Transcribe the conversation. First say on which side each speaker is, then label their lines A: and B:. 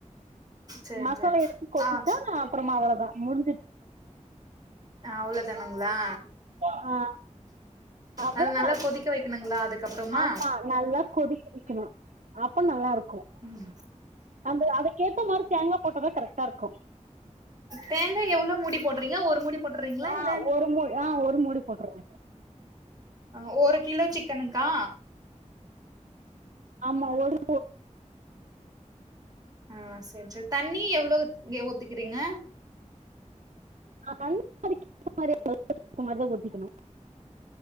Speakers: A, on the right; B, on the right.
A: சேரி
B: மசாலா
A: சேரி
B: எடுத்து கோட்டுடா
A: ஆ
B: அப்பறமா அவ்ளவுதா முடிஞ்சி
A: ஆ அவ்ளோதானுங்களா
B: ஆ அவ்ளவுதா
A: அது நல்லா கொதிக்க வைக்கணுங்களா அதுக்கப்புறமா
B: ஆமா நல்லா கொதிக்க வைக்கணு அப்ப நல்லா இருக் கு
A: ம்
B: அந்த அதுக்கேத்த மாரி தேங்கா போட்டதா கரெக்டா இருக்கு
A: தேங்கா எவ்ளோ மூடி போடுறீங்க ஒரு மூடி போட்டுறீங்களா
B: ஆ
A: இல்ல
B: ஒரு மூ ஆ ஒரு மூடி போட்றங்க
A: ஆ, ஒரு கிலோ சிக்கன்னுகா
B: ஆமா ஒரு
A: ஆ செரி செரி தண்ணி எவ்ளவு ஊத்திக்கிறீங்க
B: தண்ணி அதுக்கு ஏத்தா மாரி தான் ஊத்திக்கணு